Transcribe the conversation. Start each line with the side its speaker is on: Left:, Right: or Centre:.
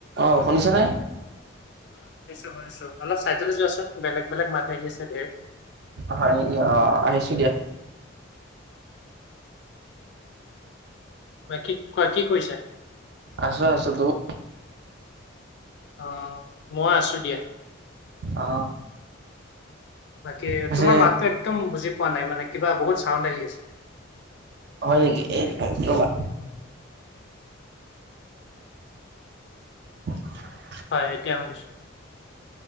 Right: অঁ শুনিছেনে
Left: শুনিছো, শুনিছো। অলপ চাইডলে যোৱাচোন, বেলেগ বেলেগ মাত আহি আছে ধেৰ।
Right: হই নিকি অ আহিছো দিয়া
Left: বাকি কোৱা কি কইছা
Right: আছো আছো তুমি
Left: অ মই আছো দিয়া
Right: অ
Left: বাকী
Right: পিছে
Left: তোমাৰ মাতটো একদম বুজি পোৱা নাই মানে কিবা বহুত চাউণ্ড আহি আছে
Right: হয় নিকি এক মিনিট ৰ'বা <unintelligible>
Left: হয় এতিয়া শুনিছো